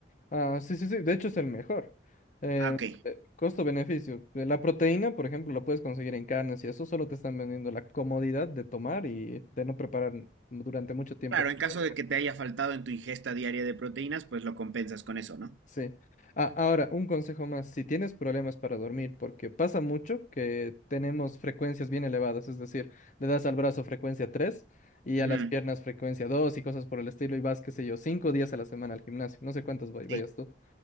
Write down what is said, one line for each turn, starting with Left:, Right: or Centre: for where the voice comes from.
Left: Ah, sí, sí, sí, de hecho es el mejor. Eh,
Right: Ah, ok.
Left: eh, costo-beneficio. Eh, La proteína, por ejemplo, la puedes conseguir en carnes y eso solo te están vendiendo la comodidad de tomar y de no preparar durante mucho tiempo.
Right: Claro,
Left: que
Right: en caso
Left: te ahorca.
Right: de que te haya faltado en tu ingesta diaria de proteínas, pues lo compensas con eso, ¿no?
Left: Sí. Ah, ahora, un consejo más, si tienes problemas para dormir, porque pasa mucho que tenemos frecuencias bien elevadas, es decir, le das al brazo frecuencia 3 y
Right: Ujú,
Left: a las piernas frecuencia 2 y cosas por el estilo y vas, qué sé yo, 5 días a la semana al gimnasio, no sé cuántos vay-
Right: Sí,
Left: vayas tú.